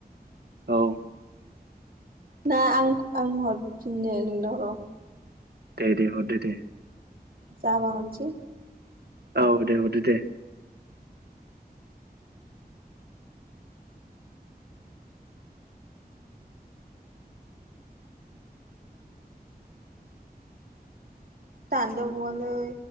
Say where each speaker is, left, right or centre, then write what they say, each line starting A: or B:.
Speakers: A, on the right (about 80°); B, on the right (about 65°).
A: औ।
B: ना आं आं हरफिननो नोंनाव र'।
A: दे दे हरदो दे।
B: जाबा हरनोसै।
A: औ दे हरदो दे।
B: दानजा बावालै।